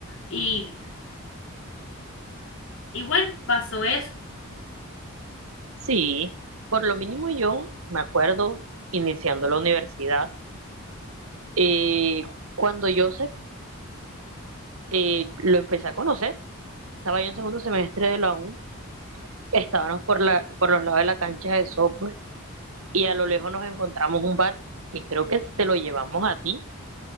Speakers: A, on the left (about 60°); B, on the right (about 70°).
A: Y, y bueno, pasó eso.
B: Sí, por lo mínimo yo me acuerdo iniciando la universidad, eh, cuando yo sé eh, lo empecé a conocer. Estaba yo en segundo semestre de la U, estábamos por, la, por los lados de la cancha de software y a lo lejos nos encontramos un bat que creo que te lo llevamos a ti